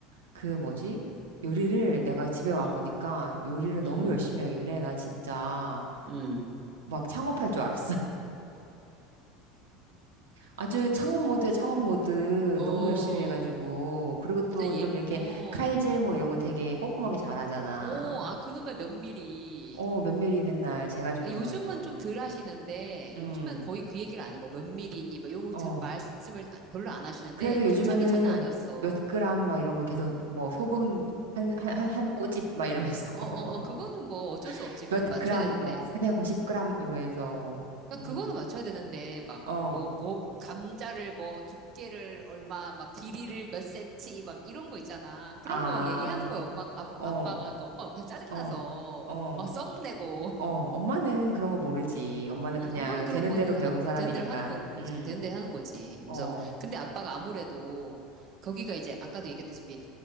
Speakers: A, on the right (about 75°); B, on the right (about 45°).
A: 그 뭐지? 요리를 내가 집에 와
B: 음,
A: 보니까 요리를 너무
B: 음,
A: 열심히 하길래 난 진짜
B: 음.
A: 막 창업할 줄 알았어. <laughs> 아주 창업 모드에 창업 모드
B: 어,
A: 너무 열심히 해가지고 그리고 또
B: 진짜 예
A: 좀 이렇게
B: 어,
A: 칼질 뭐 이런 거 되게 꼼꼼하게 잘하잖아.
B: 오, 아, 그놈의 몇 미리.
A: 어, 면밀히 맨날 재가지고서는
B: 아, 요즘은
A: 또.
B: 좀 덜 하시는데,
A: 음.
B: 요즘은 거의 그 얘기를 안 해. 뭐 몇 미리니, 뭐 요거
A: 어.
B: 들- 말씀을 아- 별로 안 하시는데,
A: 그래도 요즘에는
B: 초창기 장난 아니었어.
A: 몇 그램 막 이런 거 계속 뭐 소금 한, 한, 한, 한 꼬집 막 이러면서 <laughs>
B: 어, 어, 어, 그거는 뭐 어쩔 수 없지. 그건
A: 몇
B: 맞춰야
A: 그램
B: 되는데.
A: 뭐 4 5 0 그램 이러면서
B: 그니까
A: 음.
B: 그거는 맞춰야 되는데, 막,
A: 어.
B: 뭐, 뭐, 감자를 뭐, 두께를 얼마, 막, 길이를 몇 센치, 막, 이런 거 있잖아. 그런
A: 아.
B: 거 막 얘기하는 거야, 엄마, 아,
A: 어.
B: 아빠가. 그러니까 엄마 옆에 짜증나서,
A: 어. 어.
B: 막, 엄마 썩 내고.
A: 어. 엄마는 그런 거 모르지. 엄마는 그냥
B: 음, 엄마는 그런
A: 되는
B: 거는
A: 대로 배운
B: 하,
A: 사람이니까.
B: 되는 대로 하는 건 거지.
A: 음.
B: 되는 대로 하는 거지. 그래서
A: 어.
B: 근데 아빠가 아무래도 거기가 이제 아까도 얘기했다시피